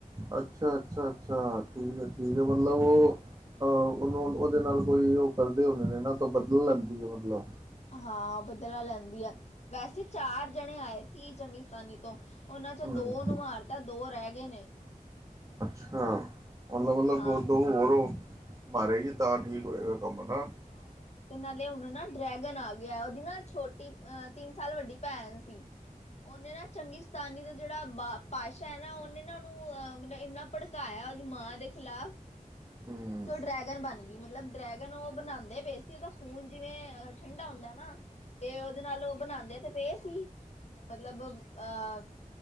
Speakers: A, on the right; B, on the left.
A: ਅੱਛਾ ਅੱਛਾ ਅੱਛਾ ਠੀਕ ਹੈ ਠੀਕ ਹੈ ਮਤਲਬ ਉਹ ਅਹ ਉਹਨੂੰ ਉਹਦੇ ਨਾਲ ਕੋਈ ਉਹ ਕਰਦੇ ਹੁੰਦੇ ਨੇ ਤਾਂ ਬਦਲੇ ਲੈਂਦੀ ਹੈ ਮਤਲਬ।
B: ਹਾਂ ਬਦਲਾ ਲੈਂਦੀ ਆ ਵੈਸੇ ਚਾਰ ਜਣੇ ਆਏ ਸੀ ਚੰਗਿਸਤਾਨੀ ਤੋਂ ਉਹਨਾਂ ਚ
A: ਹੂੰ
B: ਦੋ ਨੂੰ ਮਾਰਤਾ ਦੋ ਰਹਿ ਗਏ ਨੇ।
A: ਅੱਛਾ। ਮਤਲਬ ਮਤਲਬ
B: ਹਾਂ
A: ਦੋ ਹੋਰ ਉ। ਮਾਰੇਗੀ ਤਾਂ ਠੀਕ ਹੋਏਗਾ। ਕੰਮ ਨਾ
B: ਹਾਂ ਤੇ ਨਾਲੇ। ਉਹਨੂੰ ਨਾ ਡਰੈਗਨ ਆ ਗਿਆ ਉਹਦੀ ਨਾ ਛੋਟੀ ਅਹ ਤਿੰਨ ਸਾਲ ਵੱਡੀ ਭੈਣ ਸੀ ਉਹਨੇ ਨਾ ਚੰਗੀਿਸਤਾਨੀ ਦਾ ਜਿਹੜਾ ਬਾਪ ਪਾਤਸ਼ਾਹ ਹੈ ਨਾ ਉਹਨੇ ਨਾ। <unintelligible> ਇੰਨਾ ਭੜਕਾਇਆ ਉਹਦੀ ਮਾਂ ਦੇ ਖਿਲਾਫ਼।
A: ਹੂੰ
B: ਤੇ ਉਹ ਡਰੈਗਨ ਬਣ ਗਈ ਮਤਲਬ ਡਰੈਗਨ ਉਹ ਬਣਾਉਂਦੇ ਪਏ ਸੀ ਉਹਦਾ ਖੂਨ ਜਿਵੇਂ ਠੰਡਾ ਹੁੰਦਾ ਨਾ। ਤੇ ਉਹਦੇ ਨਾਲ ਉਹ ਬਣਾਉਂਦੇ ਤੇ। ਫੇ ਸੀ। ਮਤਲਬ ਅਹ।